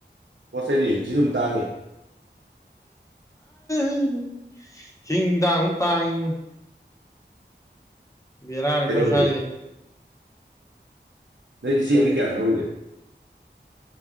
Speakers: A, on the right; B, on the left.
A: ꯀꯣꯁꯩꯗꯤ ꯁꯤꯁꯨ ꯑꯗꯨꯝ ꯇꯥꯡꯉꯦ
B: <unintelligible> ꯍꯤꯡ ꯇꯥꯡꯒꯨꯝ ꯇꯥꯡꯢ ꯕꯤꯔꯥꯅꯤ
A: ꯀꯩꯅꯣꯗꯤ
B: ꯃꯣꯏ ꯁ꯭ꯋꯥꯁꯧ
A: ꯅꯪꯗ ꯆꯦꯡꯗꯤ
B: ꯀꯔꯤ
A: ꯀꯌꯥ ꯂꯧꯔꯤꯒꯦ